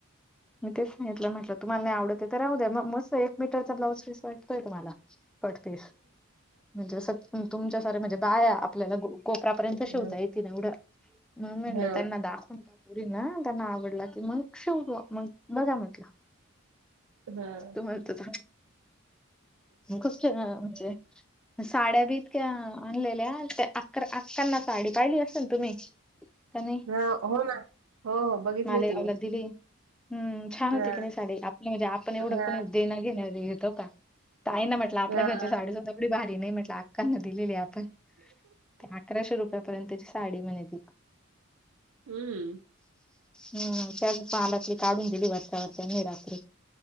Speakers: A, in the centre; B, on the right (about 80°).
A: मग तेच म्ह म्हटलं तुम्हाला नाही आवडत तर राह द्या मग मस्त एक मीटरचा ब्लाऊज पीस भेटतोय तुम्हाला. कट पीस म्हणजे तुमच्या सार्या म्हणजे बाया आपल्याला कोपऱ्या पर्यंत
B: हम्म.
A: शिवता येईल. <unintelligible> मग म्हणलं
B: हा
A: त्यांना दाख <unintelligible> त्यांना आवडला की मग शीव बॉ मग बघा म्हटलं.
B: हा
A: तुम्हाला <inaudible> तर कस म्हणजे? साड्या बी इतक्या आणलेल्या त्या अकरा अक्कांना साडी पाहिली असेल तुम्ही? त्यांनी
B: हा हो ना हो हो बघितली
A: मालेगावला
B: होती मी
A: दिली. हम्म छान होती
B: हा
A: की नाही साडी आपल्या म्हणजे आपण एवढं
B: हा
A: देणार घेणार घेतो का तई ना म्हटलं आपल्या
B: हा
A: घरची साडीसधा एवढी भारी नाही म्हटलं. कश्या दिलेली आपण ते अकराशे रुपयापर्यंतची साडी म्हणे ती.
B: हम्म.
A: हम्म त्या पाहालातली काढून दिली <unintelligible> नाही रात्र.